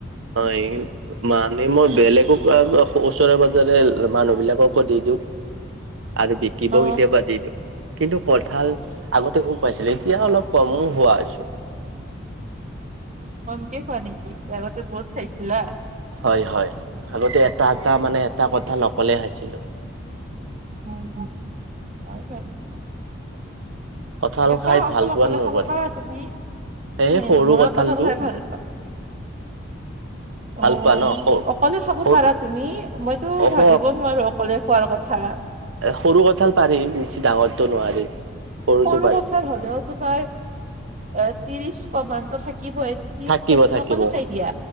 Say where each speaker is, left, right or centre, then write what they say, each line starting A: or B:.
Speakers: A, on the right; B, on the right.
A: হয়, এই- মানে মই বেলেগক ওচৰে পাজৰে মানুহ বিলাককো দি দিওঁ। আৰু বি- কিব
B: অ
A: কেতিয়াবা দি দিওঁ। কিন্তু কঁঠাল আগতে খুব পাইছিলো এতিয়া অলপ কমো হোৱা হৈছো।
B: কমকে খোৱা নেকি, আগতে বহুত খাইছিলা।
A: হয় হয়, আগতে এটা এটা মানে এটা কঁঠাল অকলে খাইছিলোঁ।
B: হয় অঁ, হয় বাৰু।
A: কঁঠাল
B: এটা
A: খাই
B: কঠাল
A: ভাল পোৱানে
B: অকলে
A: নোপোৱা?
B: খাব পাৰা তুমি
A: এ
B: হে
A: সৰু
B: মই
A: কঁঠালটো-
B: কঠাল খাই ভাল
A: ভাল
B: অঁ
A: পোৱা ন সৰু
B: অকলে খাব
A: সৰু
B: পাৰা তুমি, মইতো
A: অহ
B: ভাবিবও নোৱাৰো অকলে। খোৱাৰ কথা।
A: সৰু কঁঠাল পাৰি, বেছি ডাঙৰটো নোৱাৰি। সৰুটো
B: সৰু
A: পাৰি।
B: কঁঠাল হ'লেও তোমাৰ এ ত্ৰিশ মানটো থাকিবই। ত্ৰিশ
A: থাকিব
B: কোহ তুমি
A: থাকিব
B: অকলে খাই দিয়া।